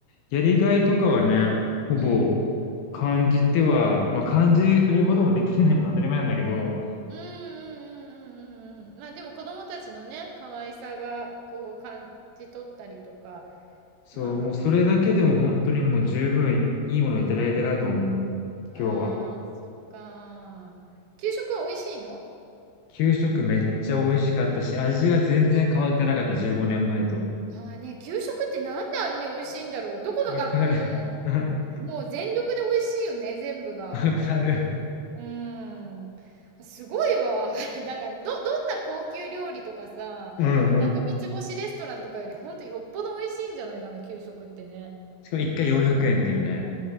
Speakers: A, on the left (about 75°); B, on the right (about 75°).
A: やりがいとかはね、ほぼ
B: うん。
A: 感じては、まあ感じることもできないのは当たり前なんだけど、
B: うんうんうんうんうんうん。まあでも子供たちのね、可愛さがこう感じ取ったりとか。
A: そう、
B: ま
A: もうそれだけでも本当にもう十分いいものをいただいたなと思う、
B: あ、
A: 今日は。
B: ああ、そっか。給食は美味しいの
A: 給食めっちゃ美味しかったし、味が全然変わってなかった、
B: 美味しいよね。
A: 15年前と。
B: ああね、給食ってなんであんなに美味しいんだろう。どこの学校のも、
A: わかる。<laughs>
B: もう全力で美味しいよね、全部が。
A: わかる。
B: うーん。すごいわ。<laughs> なんかどどんな高級料理とかさ、
A: うんうん。
B: なんか三つ星レストランとかよりほんとよっぽど美味しいんじゃないかな、給食ってね。
A: しかも一回400円っていうね。